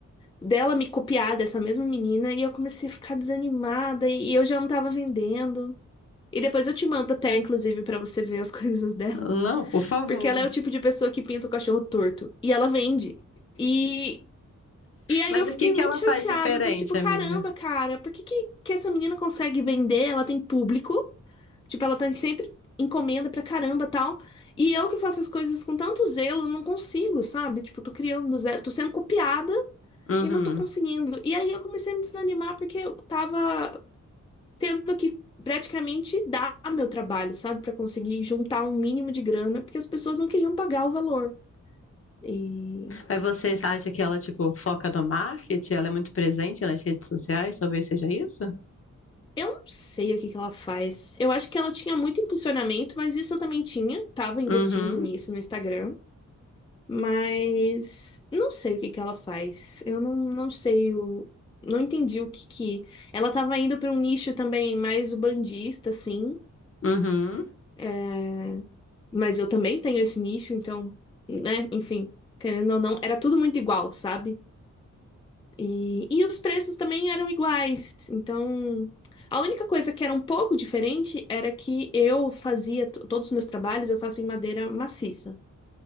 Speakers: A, on the left; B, on the left.
A: dela me copiar dessa mesma menina, e eu comecei a ficar desanimada, e eu já não tava vendendo. E depois eu te mando até, inclusive, pra você ver as <laughs> coisas dela.
B: Não, por favor.
A: Porque ela é o tipo de pessoa que pinta o cachorro torto. E ela vende. E, e aí
B: Mas
A: eu fiquei
B: o que que
A: muito
B: ela
A: chateada,
B: faz diferente,
A: do tipo,
B: amiga?
A: caramba, cara, por que, que, que essa menina consegue vender? Ela tem público. Tipo, ela tem sempre encomenda pra caramba tal. E eu que faço as coisas com tanto zelo, não consigo, sabe? Tipo, tô criando do zero, tô sendo copiada
B: Uhum.
A: e não tô conseguindo. E aí eu comecei a me desanimar porque eu tava tendo que praticamente dar meu trabalho, sabe? Pra conseguir juntar um mínimo de grana, porque as pessoas não queriam pagar o valor. E
B: Mas você acha que ela, tipo, foca no marketing? Ela é muito presente nas redes sociais? Talvez seja isso?
A: eu não sei o que que ela faz. Eu acho que ela tinha muito impulsionamento, mas isso eu também tinha. Tava investindo
B: Uhum,
A: nisso no Instagram. Mas não sei o que que ela faz. Eu não, não sei o. Não entendi o que que. Ela tava indo para um nicho também mais bandista assim.
B: uhum.
A: É, Mas eu também tenho esse nicho, então, né? Enfim, querendo ou não, era tudo muito igual, sabe? E, e os preços também eram iguais. Então, a única coisa que era um pouco diferente era que eu fazia t- todos os meus trabalhos, eu faço em madeira maciça.